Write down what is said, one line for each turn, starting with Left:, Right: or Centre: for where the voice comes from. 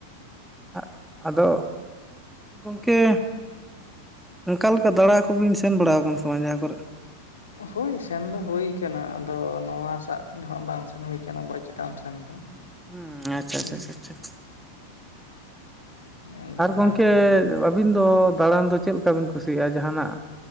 Centre: ᱟᱜ ᱟᱫᱚ ᱜᱚᱢᱠᱮ ᱚᱱᱠᱟ ᱞᱮᱠᱟ ᱫᱟᱬᱟ ᱠᱚᱵᱤᱱ ᱥᱮᱱ ᱵᱟᱲᱟ ᱟᱠᱟᱱᱟ ᱥᱮ ᱵᱟᱝ ᱡᱟᱦᱟᱸ ᱠᱚᱨᱮ?
Left: ᱦᱳᱭ ᱥᱮᱱ ᱫᱚ ᱦᱩᱭ ᱠᱟᱱᱟ᱾ ᱟᱫᱚ ᱱᱚᱣᱟ ᱥᱟᱜ ᱫᱚ ᱦᱟᱸᱜ ᱵᱟᱝ ᱥᱮᱱ ᱦᱩᱭ ᱠᱟᱱᱟ ᱵᱚ ᱪᱮᱛᱟᱱ ᱥᱮᱱ ᱫᱚ।
Centre: ᱦᱩᱸ ᱟᱪᱪᱷᱟ,
Left: ᱦᱩᱸ
Centre: ᱟᱪᱪᱷᱟ, ᱟᱪᱪᱷᱟ, ᱟᱪᱪᱷᱟ
Left: ᱟᱫᱚ
Centre: ᱟᱨ
Left: ᱚᱱᱟᱜᱮ
Centre: ᱜᱚᱢᱠᱮ ᱟᱹᱵᱤᱱ ᱫᱚ ᱫᱟᱬᱟᱱ ᱫᱚ ᱪᱮᱫ ᱞᱮᱠᱟ ᱵᱤᱱ ᱠᱩᱥᱤᱭᱟᱜᱼᱟ? ᱡᱟᱦᱟᱱᱟᱜ